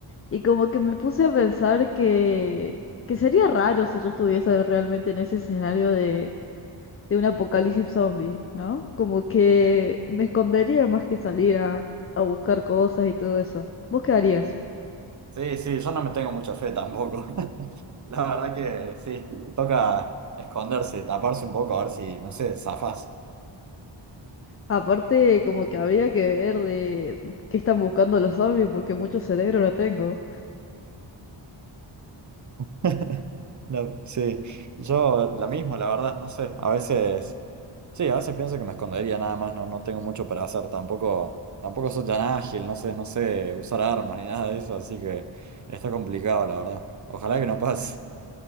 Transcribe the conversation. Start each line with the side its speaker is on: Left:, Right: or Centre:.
Left: Y como que me puse a pensar que, que sería raro si yo estuviese realmente en ese escenario de, de un apocalipsis zombie, ¿no? Como que me escondería más que salir a, a buscar cosas y todo eso. ¿Vos qué harías?
Right: Sí, sí, yo no me tengo mucha fe tampoco. <laughs> La verdad que sí, toca esconderse, taparse un poco, a ver si, no sé, zafás.
Left: Aparte, como que habría que ver de qué están buscando los zombies, porque mucho cerebro no tengo.
Right: <laughs> No, sí, yo la mismo, la verdad, no sé. A veces, sí, a veces pienso que me escondería nada más, no, no tengo mucho para hacer, tampoco, tampoco soy tan ágil, no sé, no sé usar armas <laughs> ni nada de eso, así que está complicado, la verdad. Ojalá que no pase.